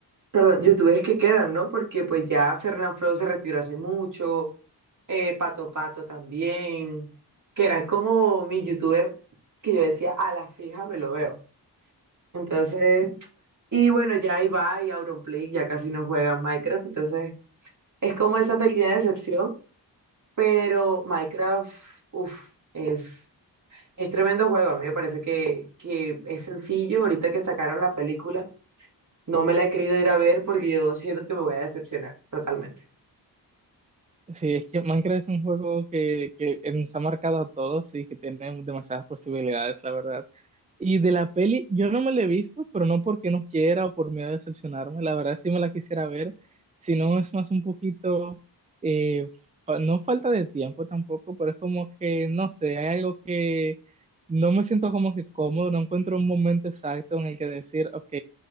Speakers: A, on the right (about 45°); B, on the right (about 20°).
A: perdón, youtubers que quedan, ¿no? Porque pues ya Fernanfloo se retiró hace mucho, eh, Pato Pato también, que eran como mis youtubers que yo decía, a la fija me lo veo. Entonces... Y bueno, ya Ibai y Auronplay ya casi no juegan Minecraft, entonces es como esa pequeña decepción, pero Minecraft, uff, es, es tremendo juego. A mí me parece que, que es sencillo. Ahorita que sacaron la película, no me la he querido ir a ver porque yo siento que me voy a decepcionar totalmente.
B: Sí, es que Minecraft es un juego que, que nos ha marcado a todos y que tiene demasiadas posibilidades, la verdad. Y de la peli, yo no me la he visto, pero no porque no quiera o por miedo a decepcionarme, la verdad sí me la quisiera ver, si no es más un poquito, eh, fa- no falta de tiempo tampoco, pero es como que, no sé, hay algo que no me siento como que cómodo, no encuentro un momento exacto en el que decir, ok